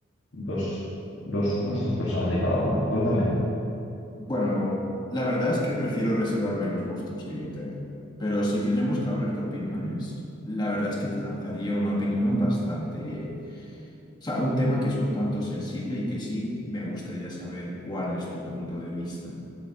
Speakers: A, on the left; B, on the left.
A: los, los gustos personales de cada uno. Cuéntame,
B: Bueno, la verdad es que prefiero reservarme los gustos que yo tenga. Pero si tenemos que hablar de opiniones, la verdad es que te lanzaría una opinión bastante... O sea, un tema que es un tanto sensible y que sí me gustaría saber cuál es tu punto de vista.